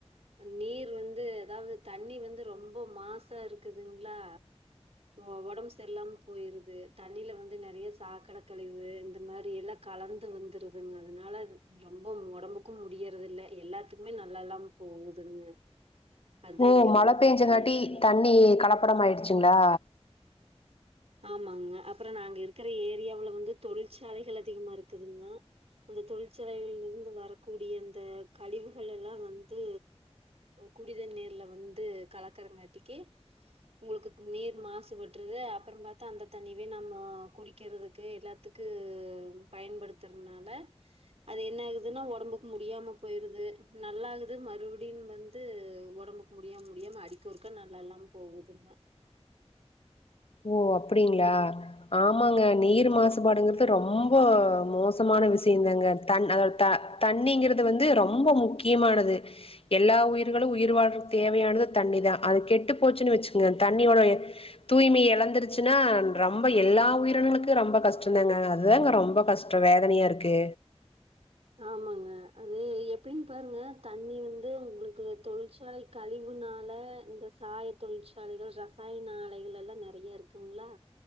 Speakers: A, on the right (about 65°); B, on the left (about 60°).
A: நீர் வந்து அதாவது தண்ணி வந்து ரொம்ப மாசா இருக்குதுங்களா ஒ ஒடம்பு செரில்லாம போயிருது தண்ணில வந்து நெறைய சாக்கட கழிவு இந்த மாரி எல்லா கலந்து வந்துருதுங்க அதனால ரொம்ப உடம்புக்கும் முடியறது இல்ல எல்லாத்துக்குமே நல்லா இல்லாம போகுதுங்க அதா
B: ஓ
A: இங்க
B: மழ
A: ரொம்ப பிரச்சனையா
B: பெஞ்சங்ககாட்டி
A: இருக்குது
B: தண்ணி கலப்படம் ஆயிடுச்சுங்களா
A: ஆமாங்க அப்றோ நாங்க இருக்கிற ஏரியாவுல வந்து தொழிற்சாலைகள் அதிகமா இருக்குதுங்க அந்த தொழிற்சாலைகள்ல இருந்து வரக்கூடிய அந்த கழிவுகள் எல்லா வந்து குடிதண்ணீநீர்ல வந்து கலக்கரங்காட்டிக்கு உங்களுக்கு நீர் மாசுபட்டுறுது அப் அப்பறோ பாத்தா அந்த தண்ணிவே நம்மோ குடிக்கிறதுக்கு எல்லாத்துக்கு பயன்படுத்துறதுனால அது என்ன ஆகுதுனா ஒடம்புக்கு முடியாம போயிருது நல்லாகுது மறுபடியு வந்து ஒடம்புக்கு முடியாம முடியாம அடிக்கொருக்கா நல்லா இல்லாம போகுதுங்க
B: ஓ அப்டிங்களா ஆமாங்க நீர் மாசுபாடுங்கிறது ரொம்ப மோசமான விஷயந்தாங்க தன் அ த தண்ணிங்கிறது வந்து ரொம்ப முக்கியமானது எல்லா உயிர்களு உயிர் வாழறக்கு தேவையானது தண்ணி தா அது கெட்டு போச்சுன்னு வச்சுக்கங்க தண்ணியோட தூய்மையே கலந்துருச்சுன்னா ரொம்ப எல்லா உயிரினங்களுக்கு ரொம்ப கஷ்டதாங்க அதுதான்ங்க ரொம்ப கஷ்டோ வேதனையா இருக்கு
A: ஆமாங்க அது எப்டினு பாருங்க தண்ணி வந்து உங்களுக்கு தொழிற்சாலை கழிவுனால இந்த சாய தொழிற்சாலைகள் ரசாயன ஆலைகள் எல்லா நெறைய இருக்குங்களா